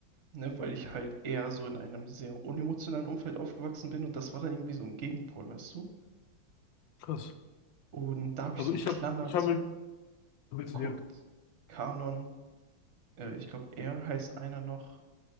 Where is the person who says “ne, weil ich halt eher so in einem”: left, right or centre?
Right